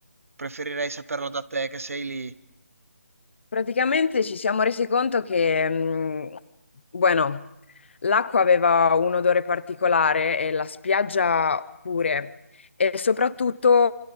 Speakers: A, on the right; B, on the left.
A: preferirei saperlo da te che sei lì.
B: Praticamente ci siamo resi conto che, mh, bueno, l'acqua aveva un odore particolare e la spiaggia pure, e soprattutto